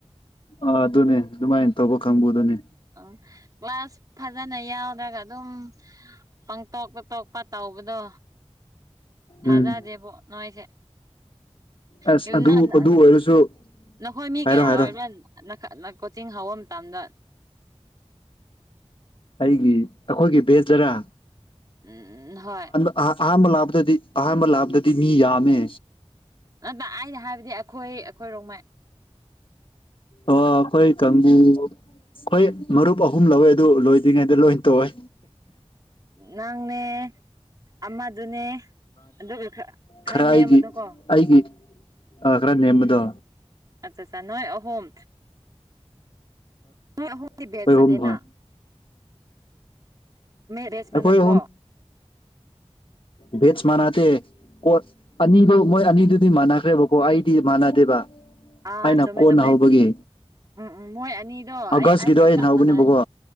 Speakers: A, on the left (about 50°); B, on the right (about 35°).
A: ꯑꯥ ꯑꯗꯨꯅꯦ ꯑꯗꯨꯃꯥꯏꯟ ꯇꯧꯕ ꯀꯥꯡꯕꯨꯗꯨꯅꯦ
B: ꯑꯝ ꯀ꯭ꯂꯥꯁ ꯐꯖꯅ ꯌꯥꯎꯗ꯭ꯔꯒ ꯑꯗꯨꯝ ꯄꯪꯇꯣꯛꯇ ꯇꯣꯛꯄ ꯇꯧꯕꯗꯣ ꯊꯖꯥꯗꯦꯕꯣ
A: ꯎꯝ
B: ꯅꯣꯏꯁꯦ
A: ꯑꯁ
B: ꯀꯦꯕꯤꯟꯅ
A: ꯑꯗꯨ
B: ꯅꯥ
A: ꯑꯗꯨ ꯑꯣꯏꯔꯁꯨ
B: ꯅꯈꯣꯏ ꯃꯤ
A: ꯍꯥꯏꯔꯣ
B: ꯀꯌꯥ
A: ꯍꯥꯏꯔꯣ
B: ꯑꯣꯏꯕ꯭ꯔ ꯅꯪ ꯀꯣꯆꯤꯡ ꯍꯧꯕ ꯃꯇꯝꯗ
A: ꯑꯩꯒꯤ ꯑꯈꯣꯏꯒꯤ ꯚꯦꯟꯗꯔꯥ
B: ꯎꯝ ꯍꯣꯏ
A: ꯑꯍ ꯥꯟ ꯑꯍꯥꯟꯕ ꯂꯥꯛꯞꯄꯗꯗꯤ ꯑꯍꯥꯟꯕ ꯂꯥꯄꯗꯗꯤ ꯃꯤ ꯌꯥꯝꯃꯦ
B: ꯍꯣꯏꯕ ꯑꯩꯅ ꯍꯥꯏꯕꯗꯤ ꯑꯈꯣꯏ ꯑꯈꯣꯏ ꯔꯣꯡꯃꯩ
A: ꯑꯣ ꯑꯈꯣꯏ ꯀꯥꯡꯕꯨ ꯈꯣꯏ ꯃꯔꯨꯞ ꯑꯍꯨꯝ ꯂꯧꯋꯦ ꯑꯗꯨ ꯂꯣꯏꯗ꯭ꯔꯤꯉꯩꯗ ꯂꯣꯏ ꯇꯣꯛꯌꯦ
B: ꯅꯪꯅꯦ ꯑꯃꯗꯨꯅꯦ ꯑꯗꯨꯒ ꯈꯔ
A: ꯈꯔ
B: ꯅꯦꯝꯕꯗꯣꯀꯣ
A: ꯑꯩꯒꯤ ꯑꯩꯒꯤ ꯑꯥ ꯈꯔ ꯅꯦꯝꯕꯗꯣ
B: ꯑꯠꯆꯥ ꯁꯥ ꯅꯣꯏ ꯑꯍꯨꯝ ꯅꯣꯏ ꯑꯍꯨꯝꯒꯤ
A: ꯑꯩꯈꯣꯏ
B: ꯕꯦꯁ ꯁꯥꯗꯦꯅ
A: ꯑꯍꯨꯝ ꯍꯣꯏ
B: ꯕꯦꯠꯁ
A: ꯑꯩꯈꯣꯏ
B: ꯃꯥꯟꯗꯦꯀꯣ
A: ꯕꯦꯠꯆ ꯃꯥꯅꯗꯦ ꯀꯣꯠ ꯑꯅꯤꯗꯨ ꯃꯣꯏ ꯑꯅꯤꯗꯨꯗꯤ ꯃꯥꯟꯅꯈ꯭ꯔꯦꯕꯀꯣ ꯑꯩꯗꯤ ꯃꯥꯟꯅꯗꯦꯕ
B: ꯑꯥ
A: ꯑꯩꯅ
B: ꯆꯨꯝꯃꯦ
A: ꯀꯣꯟꯅ
B: ꯆꯨꯝꯃꯦ
A: ꯍꯧꯕꯒꯤ
B: ꯎꯝ ꯎꯝ ꯃꯣꯏ ꯑꯅꯤꯗꯣ
A: ꯑꯥꯒꯁꯀꯤꯗꯣ
B: ꯑꯩ ꯑꯩꯒ
A: ꯑꯩꯅ
B: ꯆꯞ
A: ꯍꯧꯕꯅꯦꯕꯀꯣ
B: ꯃꯥꯟꯅꯩꯌꯦ